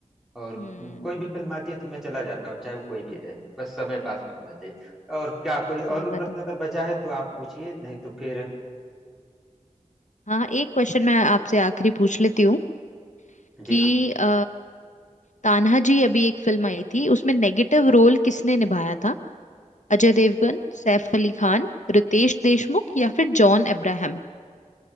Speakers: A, in the centre; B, on the left (about 70°).
A: और
B: हम्म
A: हम्म, कोई भी फिल्म आती है तो मैं चला जाता हूँ चाहे वो कोई भी रहे बस समय पास में होना चाहिए और क्या कोई और
B: सही
A: भी
B: बात
A: प्रश्न
B: है
A: अगर बचा है तो आप पूछिए नहीं तो फिर
B: हाँ एक क्वेश्चन मैं आपसे आखिरी पूछ लेती हूँ
A: जी
B: कि
A: हाँ
B: अ, तान्हा जी अभी एक फिल्म आई थी उसमें नेगेटिव रोल किसने निभाया था अजय देवगन सैफ अली खान रितेश देशमुख या फिर जॉन अब्राहम